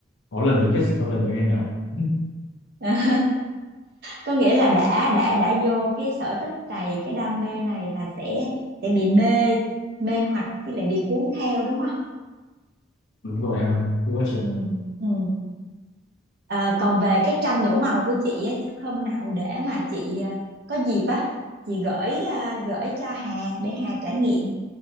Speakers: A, on the left; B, on the right.
A: có lần với nhất sẽ có lần với em nào <laughs>
B: <laughs> có nghĩa là đã đã đã vô cái sở thích này cái đam mê này là sẽ sẽ bị mê mê hoặc với lại bị cuốn theo đúng không
A: đúng rồi em ạ đúng rồi chị ạ.
B: ừ, ừ. À, còn về cái tranh đổ màu của chị á chắc hôm nào để mà chị à, có dịp á chị gửi à, gửi cho Hà để Hà trải nghiệm